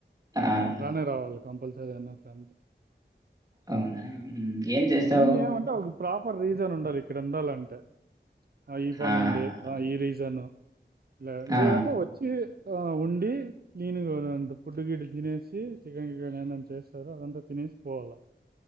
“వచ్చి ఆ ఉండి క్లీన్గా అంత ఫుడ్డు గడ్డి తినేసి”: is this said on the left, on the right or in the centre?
Right